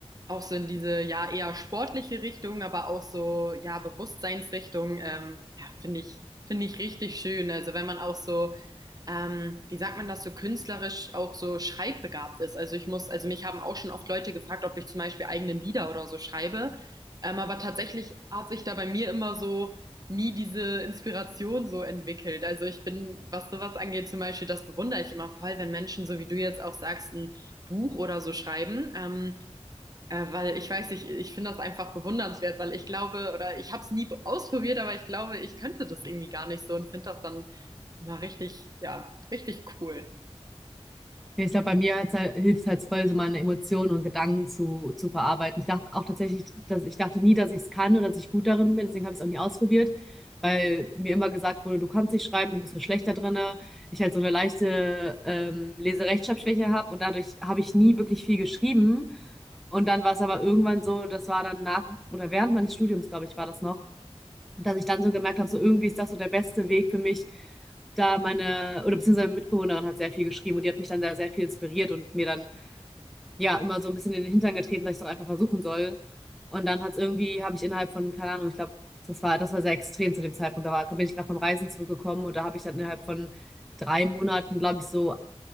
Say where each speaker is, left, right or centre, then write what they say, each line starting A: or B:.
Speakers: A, on the right; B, in the centre.
A: auch so in diese ja eher sportliche Richtung, aber auch so ja Bewusstseinsrichtung. Ähm, ja, finde ich finde ich richtig schön. Also wenn man auch so ähm, wie sagt man das so künstlerisch auch so schreibbegabt ist. Also ich muss, also mich haben auch schon oft Leute gefragt, ob ich zum Beispiel eigene Lieder oder so schreibe. Ähm, aber tatsächlich hat sich da bei mir immer so nie diese Inspiration so entwickelt. Also ich bin, was sowas angeht, zum Beispiel, das bewundere ich immer voll, wenn Menschen, so wie du jetzt auch sagst, ein Buch oder so schreiben. Ähm, äh, weil ich weiß, nicht, ich finde das einfach bewundernswert, weil ich glaube, oder ich habe es nie be- ausprobiert, aber ich glaube, ich könnte das irgendwie gar nicht so und finde das dann mal richtig, ja, richtig cool.
B: ja Ich glaube, bei mir hat's halt, hilft es halt voll, so meine Emotionen und Gedanken zu, zu verarbeiten. Ich dachte auch tatsächlich, dass ich dachte nie, dass ich es kann oder dass ich gut darin bin, deswegen habe ich es auch nie ausprobiert, weil mir immer gesagt wurde, du kannst nicht schreiben, du bist so schlecht da drin. ne? Ich halt so eine leichte ähm, Leserechtschreibschwäche habe und dadurch habe ich nie wirklich viel geschrieben. Und dann war es aber irgendwann so, das war dann nach oder während meines Studiums, glaube ich, war das noch, und dass ich dann so gemerkt habe, so irgendwie ist das so der beste Weg für mich, da meine, oder beziehungsweise meine Mitbewohnerin hat sehr viel geschrieben und die hat mich dann da sehr viel inspiriert und mir dann ja immer so ein bisschen in den Hintern getreten, dass ich es doch einfach versuchen soll. Und dann hat es irgendwie, habe ich innerhalb von, keine Ahnung, ich glaube, das war, das war sehr extrem zu dem Zeitpunkt. Da war, bin ich gerade vom Reisen zurückgekommen und da habe ich dann innerhalb von drei Monaten, glaube ich, so